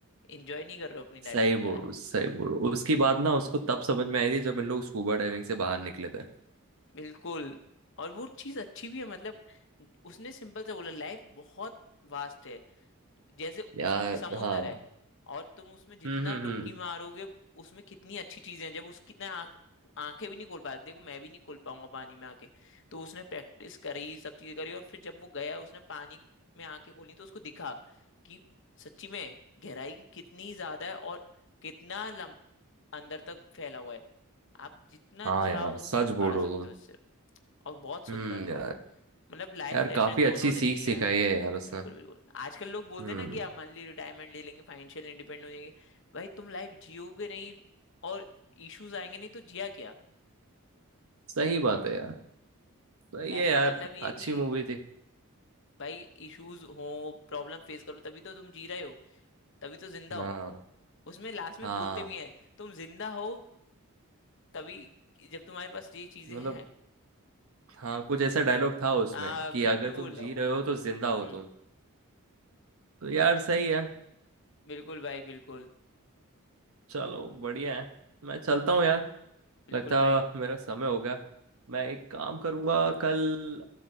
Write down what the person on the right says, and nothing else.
सही
बोल
सही बोल उसकी बात ना उसको तब समझ में आई थी जब इन लोग स्कूबा डाइविंग से बाहर निकले थे
यार
हाँ
हम्म हम्म
हम्म
हाँ
यार सच
बोल
रहे
हो तुम
हम्म यार
यार
काफी
अच्छी
सीख
सिखाई
है यार उसने
हम्म
सही बात है यार सही
है यार
अच्छी
मूवी थी
हाँ
हाँ
मतलब
हाँ कुछ ऐसा डायलॉग था उसमें
कि
अगर
तुम जी
रहे हो तो जिंदा हो
तुम तो यार सही है
चलो बढ़िया है मैं चलता हूँ यार
लगता
मेरा समय हो गया मैं एक काम करूँगा कल